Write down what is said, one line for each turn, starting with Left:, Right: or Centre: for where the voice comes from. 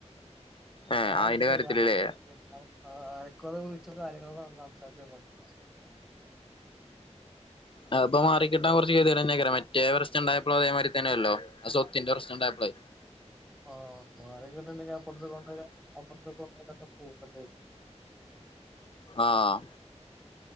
Left: ഏഹ്
Centre: ഞാനെന്ത്
Left: അയിന്റെ കാര്യത്തിലല്ലേ
Centre: ചെയ്യാനാണ് അനക്ക് ഒന്ന് വിളിച്ചു കാര്യങ്ങള് പറഞ്ഞ് സംസാരിച്ച് <unintelligible>
Left: അത്പ്പൊ മാറിക്കിട്ടാൻ
Centre: ഓ
Left: കൊറച് <unintelligible> മറ്റേ പ്രശ്നംണ്ടായപ്ളും അതേ മാതിരി തന്നെയല്ലോ ആ സ്വത്തിന്റെ പ്രശ്നം ണ്ടായപ്പളേ
Centre: ആഹ് മാറി കിട്ടണങ്കി അപ്പുറത്തെ കൊണ്ടോയി അപ്പറത്തെ കൊണ്ടെന്നൊക്കെ പൂസണ്ടെരും
Left: ആഹ്